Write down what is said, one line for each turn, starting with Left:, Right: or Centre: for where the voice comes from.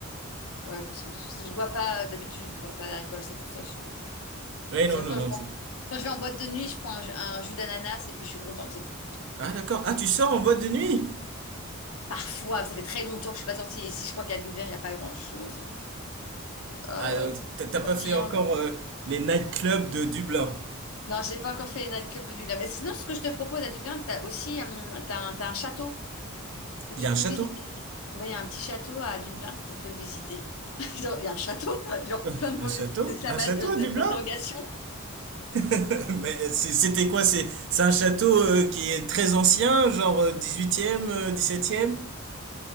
Left: ouais parce, parce que je bois pas, d'habitude, je bois pas d'alcool, c'est pour ça que je, je
Right: Ouais,
Left: pense
Right: non,
Left: à l'alcool.
Right: non, non.
Left: Je prends-
Right: c'est-
Left: Quand je vais en boîte de nuit, je prends un, ju- un jus d'ananas et puis je suis contente, c'est tout.
Right: Ah, d'accord. Ah, tu sors en boîte de nuit?
Left: Parfois, ça fait très longtemps que je suis pas sortie, et si je crois qu'à Dublin, il n'y a pas grand-chose. euh,
Right: Ah, euh, t'as
Left: pour
Right: t'as pas
Left: sortir.
Right: fait encore
Left: mais bon.
Right: euh, les nightclubs de Dublin.
Left: Non, j'ai pas encore fait les nightclubs de Dublin. Mais sinon, ce que je te propose à Dublin, t'as aussi hum, t'as un, t'as un château que tu
Right: Il y a un
Left: peux
Right: château?
Left: visiter.
Right: <laughs>
Left: Ouais, Il y a un petit château à Dublin que tu peux visiter. <laughs> Genre, il y a un château, <laughs> genre
Right: Euh,
Left: plein de points
Right: Un château?
Left: d'exclamation-
Right: Un château
Left: euh,
Right: à
Left: de-
Right: Dublin?
Left: d'interrogation.
Right: <laughs> Mais c'est- c'était quoi? C'est c'est un château euh, qui est très ancien, genre euh, 18e, euh, 17e?